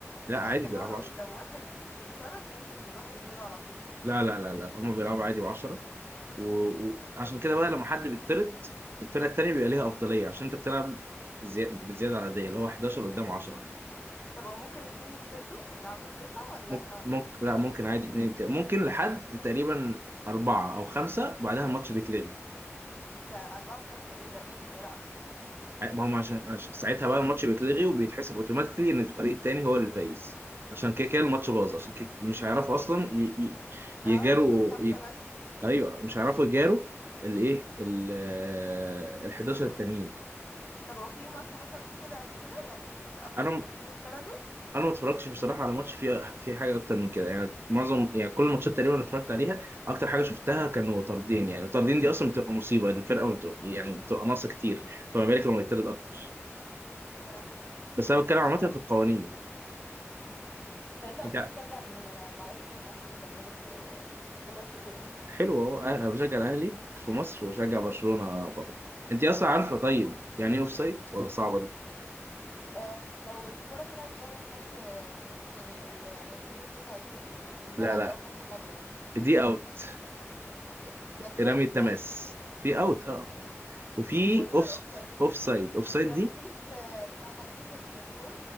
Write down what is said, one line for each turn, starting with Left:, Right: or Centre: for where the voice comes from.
Right: لا
Left: انا
Right: عادي
Left: عارفه
Right: بيلعبوا
Left: ان هو لو
Right: 10
Left: لو واحد اتطرد ينزل واحد غيره على طول
Right: لا لا لا لا هم بيلعبوا عادي ب10 و- وعشان كده بقى لما حد بيطرد الفرقه التانيه بيبقى ليها افضليه عشان انت بتلعب زي... بزياده عدديه اللي هو 11 قدام 10
Left: طب هو ممكن اتنين يتطردوا ويلعبوا بتسعة ولا
Right: ممكن
Left: صعب
Right: ممكن لا ممكن عادي اتنين بت- ممكن لحد تقريبا أربعة أو خمسة بعدها الماتش بيتلغي
Left: ده أربعة وخمسة ايه ده مين اللي هيلعب كده
Right: ع- ما هم عشان, عشان ساعتها بقى الماتش بيتلغي وبيتحسب اوتوماتيكلي إن الفريق التاني هو اللي فايز عشان كده كده الماتش باظ عشان كده مش هيعرفوا أصلا ي... ي...
Left: اه
Right: يجاروا
Left: دول خمسة
Right: ي...
Left: بس
Right: أيوه مش هيعرفوا يجاروا الإيه ال 11 التانيين
Left: طب هو في ماتش حصل فيه كده قبل كده يعني اكتر
Right: انا
Left: من اتنين اتطردوا
Right: انا ما اتفرجتش بصراحه على ماتش فيه فيه حاجه اكتر من كده يعني معظم يعني كل الماتشات تقريبا اللي اتفرجت عليها اكتر حاجه شفتها كانوا طاردين يعني الطاردين دي اصلا بتبقى مصيبه يعني الفرقه ما بتبقى يعني بتبقى ناقصه كتير فما بالك لما يطرد اكتر
Left: يا لهوي
Right: بس انا بتكلم
Left: صعب
Right: عامه في
Left: قوي
Right: القوانين
Left: مم. طب انت اصلا
Right: انت
Left: بتشجع مين انا ما اعرفش غير اهلي وزمالك و... وبس كده
Right: حلو اهو أه، انا بشجع الاهلي في مصر وبشجع برشلونه بره انت اصلا عارفه طيب يعني ايه اوف سايد ولا صعبه دي
Left: آه لو الكرة طلعت بره خط آه، يعني ال- الحدود بتاعت ال- الملعب
Right: لا لا
Left: اللي هو خط الابيض
Right: دي اوت
Left: دي ده في
Right: رمي
Left: اوت
Right: التماس
Left: سايد
Right: في اوت اه وفي
Left: وايه بقى
Right: اوف
Left: الاوف سايد
Right: اوف سايد اوف سايد
Left: دي لما
Right: دي
Left: تيجي في في حديدة الك- الجون